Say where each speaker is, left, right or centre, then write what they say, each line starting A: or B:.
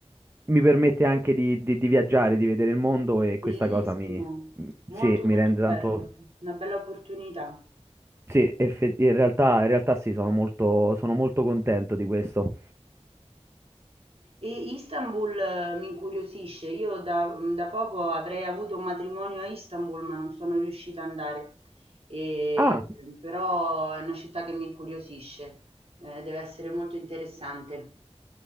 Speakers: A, on the right (about 20°); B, on the right (about 60°).
A: mi permette anche di, di- di viaggiare, di vedere il mondo e questa
B: bellissimo,
A: cosa mi,
B: molto
A: sì, mi
B: molto
A: rende
B: bello,
A: tanto
B: una bella opportunità.
A: sì, effe- in realtà, in realtà sì, sono molto, sono molto contento di questo.
B: E Istanbul eh, mi incuriosisce, io da, mm, da poco avrei avuto un matrimonio a Istanbul, ma non sono riuscita ad andare, E-
A: Ah,
B: però è una città che mi incuriosisce, Eh, deve essere molto interessante.